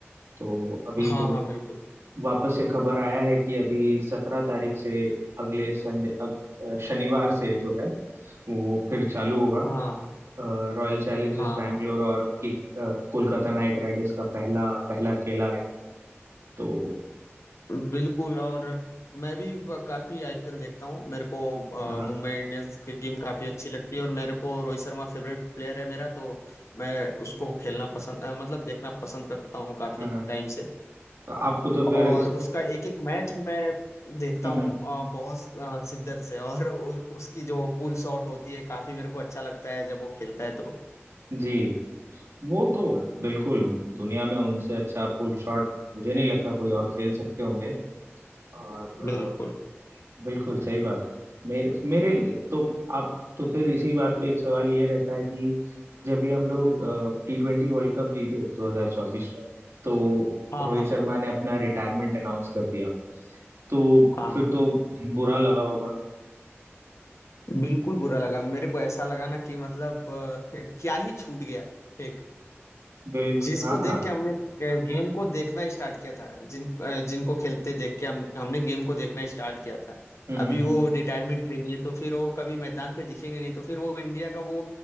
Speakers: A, on the right; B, on the left.
A: तो अभी
B: हाँ
A: तो
B: हाँ बिल्कुल
A: वापस से खबर आया है कि अभी सत्रह तारीख से अगले संडे अग, अ, शनिवार से जो है वो फिर चालू होगा
B: हाँ
A: रॉयल चैलेंजर्स
B: हाँ
A: बैंगलोर
B: हाँ
A: और की, अ, कोलकाता नाइट राइडर्स का पहला पहला खेला है तो
B: बिल्कुल और मैं भी काफी आईपीएल देखता हूँ मेरे को अ,
A: हाँ
B: मुंबई इंडियंस की टीम काफी अच्छी लगती है और मेरे को रोहित शर्मा फेवरेट प्लेयर है मेरा तो मैं उसको खेलना पसंद अ, मतलब देखना पसंद करता हूँ काफी
A: हाँ
B: टाइम से
A: तो आपको तो फिर
B: और
A: इस-
B: उसका एक एक मैच मैं देखता
A: हम्म,
B: हूँ
A: हम्म,
B: अ, बहुत अ, शिद्दत से और उ, उसकी जो पुल शॉट होती है काफी मेरे को अच्छा लगता है जब वो खेलता है तो
A: जी वो तो बिल्कुल दुनिया में उनसे अच्छा पुल शॉट मुझे नहीं लगता कोई और खेल सकते होंगे और
B: बिल्कुल
A: अ, बिल्कुल सही बात है मेरे मेरे लिए- तो आप तो फिर इसी बात पे एक सवाल ये रहता है कि जब भी हम लोग टी ट्वेंटी वर्ल्ड कप जीते 2024 में तो
B: हाँ
A: रोहित
B: हाँ
A: शर्मा
B: बिल्कुल
A: ने अपना रिटायरमेंट अनाउंस कर दिया तो
B: हाँ
A: फिर
B: हाँ
A: तो बुरा लगा होगा
B: बिल्कुल बुरा लगा मेरे को ऐसा लगा ना कि मतलब अ, <laughs> क्या ही छूट गया एक
A: बिल
B: जिसको
A: हाँ
B: देख के हमने गेम को देखना स्टार्ट किया था जिन अ, जिनको खेलते देख के हम हमने गेम को देखना स्टार्ट किया था
A: हम्म
B: अभी
A: हम्म
B: वो रिटायरमेंट ले लिए तो फिर वो कभी मैदान पे दिखेंगे नहीं तो फिर वो इंडिया का वो